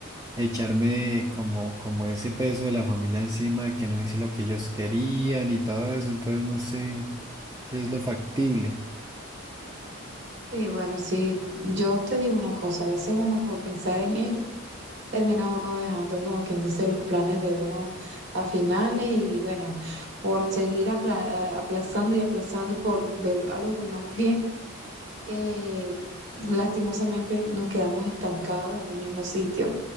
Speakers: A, on the right; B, on the right.
A: echarme como, como ese peso de la familia encima de que no hice lo que ellos querían y todo eso, entonces no sé qué es lo factible.
B: Sí, bueno, sí, yo te digo una cosa, a veces uno por pensar en ello, termina uno dejando como quien dice los planes de uno a finales y bueno, por seguir apla- eh, aplazando y aplazando por ver a los demás bien. eh, lastimosamente nos quedamos estancados en un mismo sitio